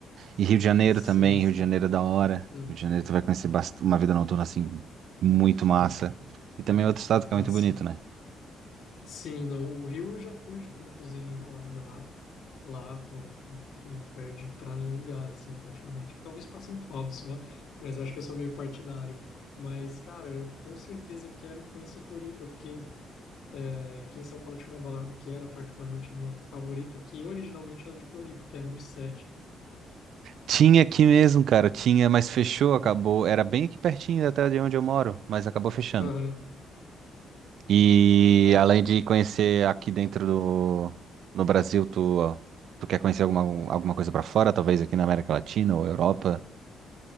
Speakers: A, on the right; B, on the left.
A: E Rio de Janeiro
B: Sim,
A: também,
B: sim.
A: Rio de Janeiro é da hora.
B: Uhum.
A: Rio de Janeiro tu vai conhecer bast- uma vida noturna, assim, muito massa. E também é outro estado que
B: Ah,
A: é muito
B: sim.
A: bonito, né?
B: Sim, não, o Rio eu já fui, já fui inclusive em balada lá. Lá, pô, não, não perde pra nenhum lugar, assim, praticamente. Talvez pra São Paulo só, mas acho que eu sou meio partidário. Mas, cara, eu com certeza quero conhecer Floripa, porque é, aqui em São Paulo tinha uma balada que era particularmente minha favorita, que originalmente era de Floripa, que é a 1007.
A: Tinha aqui mesmo, cara, tinha, mas fechou,
B: Hum.
A: acabou. Era bem aqui pertinho até de onde eu moro, mas acabou fechando.
B: Aham.
A: E
B: É,
A: além de conhecer aqui dentro do no Brasil, tu, tu quer conhecer alguma, alguma coisa pra fora? Talvez aqui na América Latina ou Europa?